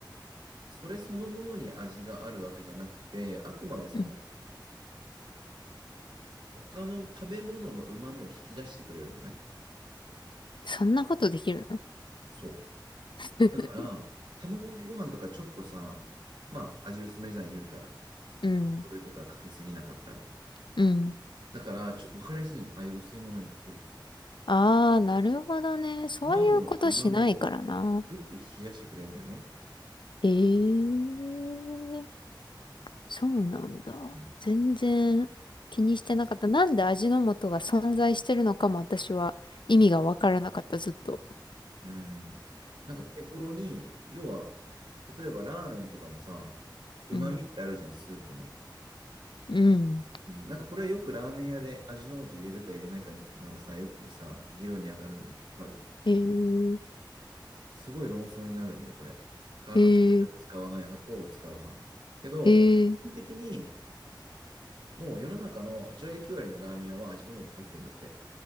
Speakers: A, on the right (about 85°); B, on the left (about 75°).
A: それそのものに味があるわけじゃなくて、あくまでその、
B: うん。
A: 他の食べ物の旨味を引き出してくれるのね。
B: そんなことできるの
A: そう。
B: <laughs>
A: だから、卵かけご飯とかちょっとさ、まあ、味薄めじゃん言うたら。
B: うん。
A: 醤油とかかけすぎなかったら。
B: うん。
A: だから、ちょ、わかりやすいの。ああいう薄いものにかけると。
B: ああ、なるほどね。そういうことしないからな。
A: 卵の旨味をグッて冷やしてくれるんだよね。
B: ええそうなんだ。
A: うん。
B: 全然気にしてなかった。なんで味の素が存在してるのかも私は意味がわからなかった、ずっと。
A: うん。なんか手頃に、要は、例えばラーメンとかもさ、旨味ってあるじゃん、
B: うん。
A: スープの。
B: うん。
A: うん。なんかこれはよくラーメン屋で味の素入れるか入れないかみたいなのがさ、よくさ、議論に上がるのわかる
B: へえ、
A: すごい論争になるんだよ、これ。化学調味料を使わない派と使う派。
B: へえ、
A: けど、
B: へえ、
A: 一般的に、もう世の中の8割9割のラーメン屋は味の素入ってるんだって。